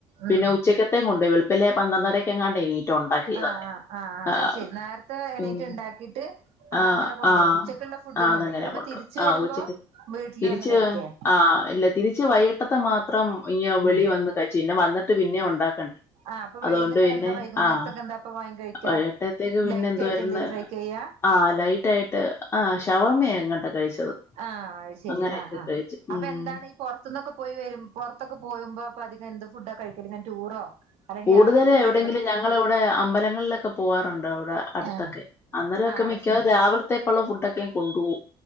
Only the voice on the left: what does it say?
പിന്നെ
ഉച്ചക്ക് തേം കൊണ്ടോയി വെളുപ്പിലെ പന്ത്രണ്ടരൊക്കെ എങ്ങാണ്ടേ എണീറ്റ് ഉണ്ടാക്കിയതൊക്കെ
ആഹ്
ആഹ്
ഉം
ആഹ്
ആഹ്
ആഹ് അതങ്ങനെ
കൊണ്ടോയി
ആഹ്
ഉച്ചക്ക്
തിരിച്ച്
ആഹ് ഇല്ല തിരിച്ച് വൈകിട്ടത്തെ മാത്രം ഇങ്ങു വെളിയിൽ
വന്ന് കഴി പിന്നെ വന്നിട്ട് പിന്നേം ഒണ്ടാക്കണ്ടേ
അതുകൊണ്ട്
പിന്നെ
ആഹ്
വയ്കേണ്ടെ ത്തേക്ക് പിന്നെ
എന്തുവാ
ഡ്രന്ന്
ആഹ് ലൈറ്റ് ആയിട്ട് ആഹ് ഷവർമ്മ യെങ്ങാണ്ട കഴിച്ചത്
അങ്ങനെയൊക്കെ
കഴിച്ചു
ഉം
കൂടുതൽ
എവിടെയെങ്കിലും ഞങ്ങളിവിടെ അമ്പലങ്ങളിലൊക്കെ പോവാറുണ്ട് അവിടെ അടുത്തൊക്കെ
അന്നേരൊക്കെ
മിക്കാവാറും
രാവിലത്തേക്കുള്ള ഫുഡൊക്കെ കൊണ്ട് പോവും